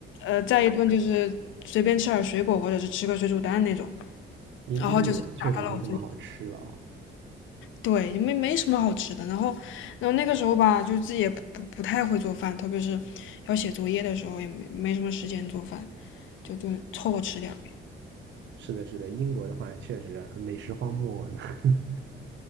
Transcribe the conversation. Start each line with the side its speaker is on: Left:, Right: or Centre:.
Left: 呃再一顿就是随便吃点水果或者是吃个水煮蛋那种，
Right: 英英国确实没什么好吃的啊、
Left: 然后就是达到了我最。对，没没什么好吃的。然后，然后那个时候吧，就自己也不不不太会做饭，特别是要写作业的时候，也没没什么时间做饭。就就凑合吃点儿。
Right: 是的，是的，英国的话确实啊美食荒漠呢。<laughs>